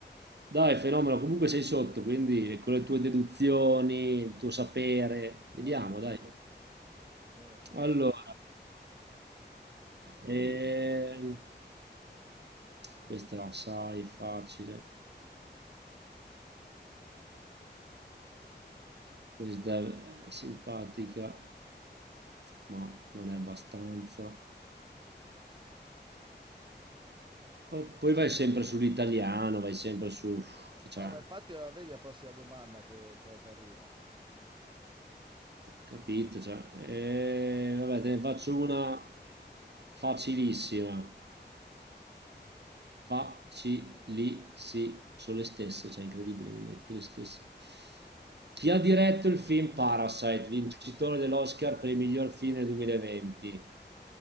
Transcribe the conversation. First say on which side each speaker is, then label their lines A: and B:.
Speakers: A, on the right; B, on the right.
A: dai, fenomeno, comunque sei sotto, quindi con le tue deduzioni, il tuo sapere, vediamo,
B: Eh,
A: dai.
B: niente.
A: Allora, ehm, questa la sai, facile, questa è simpatica, ma non è abbastanza. Po- poi vai sempre sull'italiano, vai sempre su... che c'è,
B: No, ma infatti, eh, vedi la prossima domanda che cosa ti arriva. <laughs>
A: capito? Cioè, eh, vabbè, te ne faccio una facilissima, facilissima, sono le stesse, cioè incredibile, mi mette le stesse. Chi ha diretto il film Parasite, vincitore dell'Oscar per il miglior film del 2020?